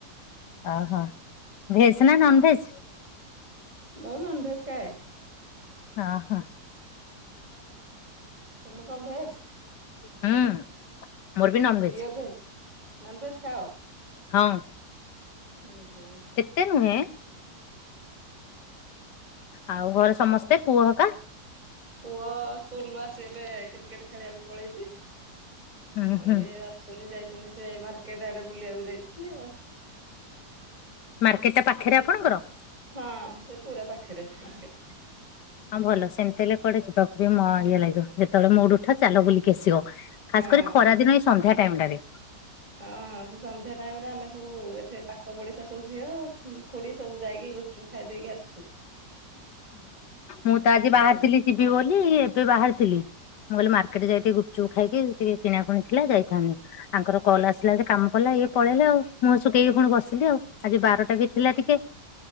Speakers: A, on the left; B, on the right.
A: ଓ ହୋ ଭେଜ୍ ନା ନନଭେଜ୍?
B: ମୁଁ ନନଭେଜ୍ ଖାଏ।
A: ଅ ହ।
B: ତମେ କଣ ଭେଜ୍?
A: ହୁଁ। ମୋର ବି ନନଭେଜ
B: ପିଓର ଭେଜ୍? ନନଭେଜ ଖାଅ?
A: ହଁ,
B: ହୁଁ ହୁଁ
A: ଏତେ ନୁହେଁ। ଆଉ ଘରେ ସମସ୍ତେ ପୁଅ ହରିକା।
B: ପୁଅ ସ୍କୁଲରୁ ଆସି ଏବେ କ୍ରିକେଟ ଖେଳିବାକୁ ପଳେଇଛି।
A: ହୁଁ
B: ଆଉ
A: ହୁଁ
B: ଇଏ ଅଛନ୍ତି ଯାଇଛନ୍ତି ସେ ମାର୍କେଟଆଡେ ବୁଲିବାକୁ ଯାଇଛନ୍ତି ଆଉ।
A: ମାର୍କେଟଟା ପାଖରେ ଆପଣଙ୍କର?
B: ହଁ ସେ ପୁରା ପାଖରେ ମାର୍କେଟଟା।
A: ହଁ ଭଲ ସେମିତି ହେଲେ କୁଆଡେ ଯିବାକୁ ବି ମ ଇଏ ଲାଗିବ ଯେତେବେଳେ ମୁଡୁ ଉଠିଲା ଚାଲ ବୁଲିକି ଆସିିବ। ଖାସ୍
B: ହଁ।
A: କରି ଖରା ଦିନ ଏଇ ସନ୍ଧ୍ୟା ଟାଇମଟାରେ।
B: ହଁ ସେ ସନ୍ଧ୍ୟା ଟାଇମରେ ଆମେ ସବୁ ଏଠୀ ପାଖ ପଡିଶା ସବୁ ଝିଅ, ଖୁଡି ସବୁ ଯାଇକି ତୁଖାଇ ଦେଇକି ଆସିଛୁ।
A: ମୁଁ ତ ଆଜି ବାହାରିଥିଲି
B: ସବୁ
A: ଯିବି ବୋଲି ଏବେ ବାହାରିଥିଲି। ମୁଁ କହିଲି ମାର୍କେଟ ଯାଇ ଟିକେ ଗୁପଚୁପ୍ ଖାଇିକି ଏମିତି ଟିକେ କିଣା କୁଣି ଥିଲା ଯାଇଥାନ୍ତି। ଆଙ୍କର କଲ୍ ଆସିଲା ଯେ କାମ ପଡ଼ିଲା ଇଏ ପଳେଇଲେ ଆଉ ମୁଁହ ସୁକେଇ ପୁଣି ବସିଲି ଆଉ। ଆଜି ବାରଟା ବି ଥିଲା ଟିକେ।